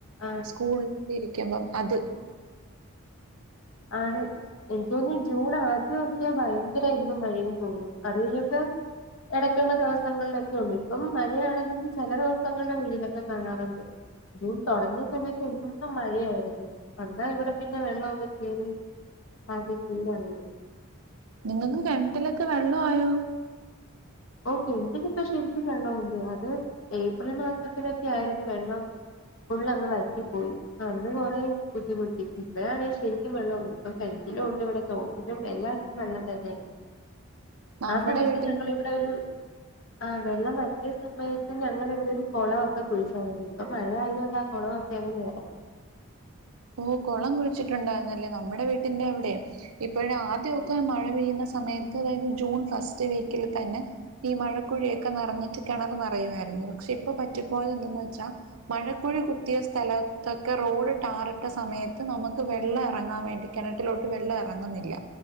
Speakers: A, on the left (about 65°); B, on the right (about 80°).
A: ആണ്
B: സ്കൂളി ഇരിക്ക്മ്പം അത്
A: ആണ്. എനിക്ക് തോന്ന് ജൂൺ ആദ്യൊക്കെ ഭയങ്കര ഇടിയും മഴയും തോന്നു. അത് കഴിയുമ്പോ എടക്കുള്ള ദിവസങ്ങളിലൊക്കെ ഉള്ളു. ഇപ്പം മഴയാണെങ്കിലും ചെല ദിവസങ്ങല് വെയിലൊക്കെ കാണാറ്ണ്ട്. ജൂൺ തൊടങ്ങിയ സമയത്ത് എന്നാ മഴയായിരുന്നു. എന്നാ ഇവിടെ പിന്നെ വെള്ളൊക്കെ കേറി ആകെ ക്ലീനായത്.
B: നിങ്ങക്ക് കെണറ്റിലൊക്കെ വെള്ളവായോ?
A: ഓ കെണറ്റിലിപ്പൊ ശരിക്കും വെള്ളവുണ്ട്. അത് ഏപ്രിൽ മാസത്തിലൊക്കെ ആയിരുന്നു വെള്ളം ഫുള്ളങ്ങ് വറ്റിപ്പോയി. അന്ന് കൊറേ ബുദ്ധിമുട്ടി. ഇപ്പഴാണേൽ ശരിക്കും വെള്ളം ഉണ്ട്. ഇപ്പൊ കെണറ്റിലും ഉണ്ടിവിടെ തോട്ടിലും എല്ലായിടത്തും വെള്ളം തന്നെയാ.
B: നമ്മുടെ
A: ആ സമയത്ത്
B: വീട്ടിന്
A: ഞങ്ങളിവിടെ
B: മുന്നി
A: ഒരു ആ വെള്ളം വറ്റിയ സമയത്ത് ത്ത് ഞങ്ങളെ ഇവിടെ ഒരു കൊളൊക്കെ കുഴിച്ചാര്ന്നു. ഇപ്പം മഴ ആയത് കൊണ്ട് ആ കൊളവൊക്കെയങ്ങ് നെറഞ്ഞ്.
B: ഓ കുളം കുഴിച്ചിട്ടുണ്ടായിരുന്നല്ലേ? നമ്മുടെ വീട്ടിന്റെ അവിടെ ഇപ്പോഴ ആദ്യൊക്കെ മഴ പെയ്യുന്ന സമയത്ത് അതായത് ജൂൺ ഫസ്റ്റ് വീക്കില് തന്നെ ഈ മഴക്കുഴിയൊക്കെ നിറഞ്ഞിട്ട് കിണർ നിറയായിരുന്നു. പക്ഷെ ഇപ്പൊ പറ്റിപ്പോയത് എന്തെന്ന് വെച്ചാ മഴക്കുഴി കുത്തിയ സ്ഥലത്തൊക്കെ റോഡ് ടാറിട് ട്ട സമയത്ത് നമുക്ക് വെള്ളം എറങ്ങാൻ വേണ്ടി കെണറ്റിലോട്ട് വെള്ളം എറങ്ങുന്നില്ല.